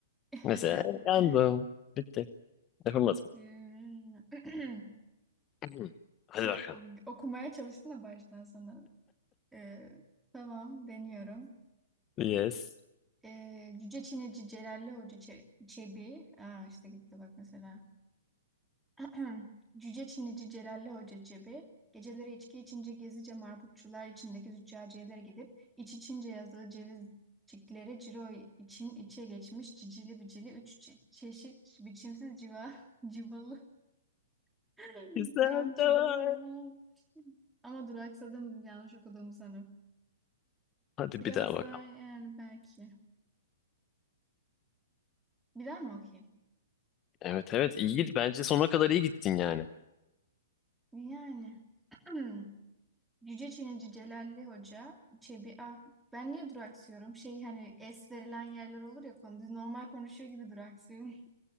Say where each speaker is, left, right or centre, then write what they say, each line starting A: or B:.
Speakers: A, in the centre; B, on the left (about 25°).
A: <clears throat>
B: Mesela yandım. Bitti. Yapamaz mı?
A: <laughs>
B: <clears throat> Hadi
A: Şu
B: bakalım.
A: okumaya çalıştın da baştan sona. Ee, tamam deniyorum.
B: Yes.
A: Ee, Cüce Çinici Celalli Hoca Çe- Çebi. Aa, işte gitti bak mesela. <clears throat> Cüce Çinici Celalli Hoca Çebi. Geceleri içki içince gizlice marputçular içindeki züccaciyelere gidip iç içince yazılı cevizcikleri ciro için içe geçmiş cicili bicili üç çe- çeşit biçimsiz civa <laughs> civalı <laughs>
B: Güzel
A: cam çubuğu
B: devam.
A: ama duraksadım yanlış okuduğumu sanırım.
B: Hadi
A: Biraz
B: bir daha bakalım.
A: daha yani belki. Bir daha mı okuyayım?
B: Evet evet iyi git. Bence sonuna kadar iyi gittin yani.
A: Yani. Hmm. Yüce Çinici Celalli Hoca, Çebi ah ben niye duraksıyorum? Şey hani es verilen yerler olur ya konu normal konuşuyor gibi duraksıyorum.